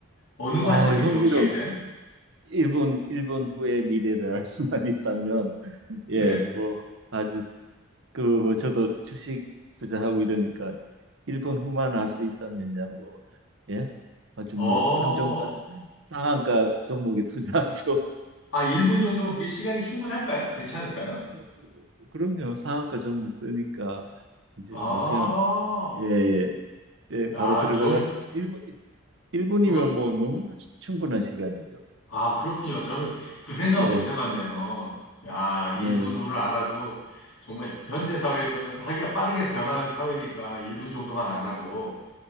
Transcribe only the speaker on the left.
어느
거 하시는
게 좋으시겠어요?
네.
어,
아, 1분 정도면 그게 시간이 충분할까요? 괜찮을까요?
아,
야,
저는
그걸,
아, 그렇군요. 저는 그 생각을
못 해봤네요. 야, 1분
후를 알아도 정말 현대사회에서는 하기가 빠르게 변하는 사회니까 1분 정도만 알아도,